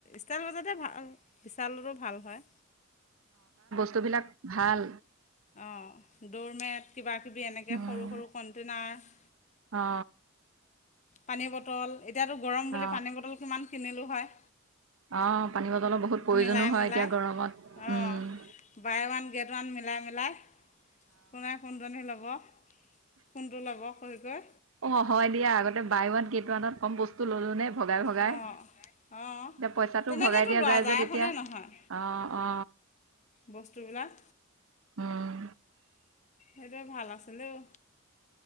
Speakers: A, on the left (about 35°); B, on the right (about 70°).
A: ষ্টাইল বজাৰতে ভাল, বিচালটো ভাল হয়।
B: সেইবিলাক ভাল।
A: অঁ দোৰমেট কিবা কিবি এনেকে
B: উম
A: সৰু সৰু কণ্টেইনাৰ।
B: অ
A: পানী বটল, এতিয়াতো গৰম বুলি
B: অ
A: পানী বটল কিমান কিনিলোঁ হয়।
B: অ পানী বটলৰ বহুত প্ৰয়োজনো
A: মিলাই
B: হয়
A: মিলাই
B: এতিয়া গৰমত,
A: অঁ
B: উম।
A: বাই ওৱান গেট ওৱান মিলাই মিলাই, কোনে কোনজনী ল'ব। কোনটো ল'ব কৈ কৈ
B: অ অ হয় দিয়া আগতে বাই ওৱান গেট ওৱানত কম বস্তু ললোঁ নে ভগাই ভগাই।
A: অঁ
B: এতিয়া
A: অঁ
B: পইচাটো
A: তেনেকৈতো
B: ভগাই দিয়া
A: লোৱা
B: যায় যে তেতিয়া।
A: হয়নে নহয়
B: অ, অ।
A: বস্তুবিলাক।
B: উম।
A: সেইটোৱেই ভাল আছিলে ঔ।